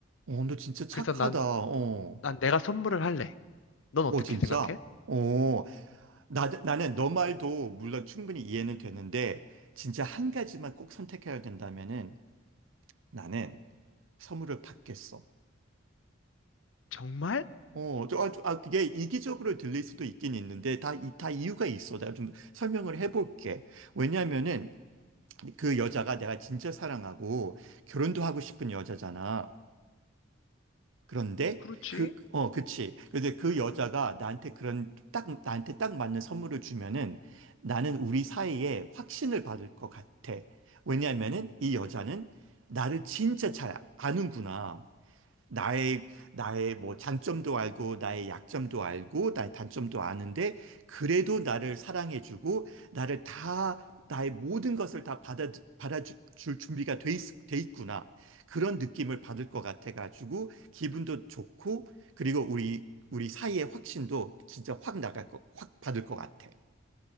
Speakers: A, on the right (about 75°); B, on the left (about 65°).
A: 어, 너 진짜 착하다.
B: 그래서 난,
A: 어,
B: 난 내가 선물을 할래. 넌 어떻게
A: 어, 진짜.
B: 생각해?
A: 어, 나, 나는 너 말도 물론 충분히 이해는 되는데 진짜 한 가지만 꼭 선택해야 된다면은 나는 선물을 받겠어.
B: 정말?
A: 어, 저, 아, 저- 아, 그게 이기적으로 들릴 수도 있긴 있는데 다, 이, 다 이유가 있어. 내가 좀 설명을 해볼게. 왜냐면은 그 여자가 내가 진짜 사랑하고 결혼도 하고 싶은 여자잖아. 그런데
B: 그렇지.
A: 그, 어, 그치. 근데 그 여자가 나한테 그런 딱, 나한테 딱 맞는 선물을 주면은 나는 우리 사이에 확신을 받을 것 같아. 왜냐면은 이 여자는 나를 진짜 잘 아는구나. 나의 나의 뭐 장점도 알고 나의 약점도 알고 나의 단점도 아는데 그래도 나를 사랑해주고 나를 다 나의 모든 것을 다 받아 받아줄 준비가 돼, 있, 돼 있구나 그런 느낌을 받을 것 같아가지고 기분도 좋고 그리고 우리 우리 사이의 확신도 진짜 확 나갈 거, 확 받을 것 같아.